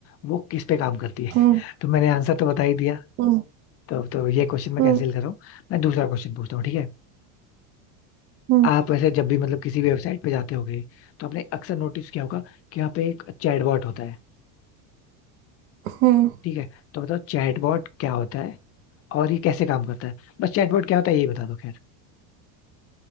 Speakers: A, on the left; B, on the right.
A: वो किस पे काम करती है
B: हम्म
A: <laughs> तो मैंने आंसर तो बता ही दिया
B: हम्म
A: तो तो ये क्वेश्चन मैं
B: हम्म
A: कैंसिल कर रहा हूँ मैं दूसरा क्वेश्चन पूछता हूँ ठीक है
B: हम्म
A: आप ऐसे जब भी मतलब किसी भी वेबसाइट पे जाते होगे तो आपने अक्सर नोटिस किया होगा कि यहाँ पे एक चैटबॉट होता है
B: हम्म,
A: ठीक है तो बताओ चैटबॉट क्या होता है और ये कैसे काम करता है बस चैटबॉट क्या होता है यही बता दो खैर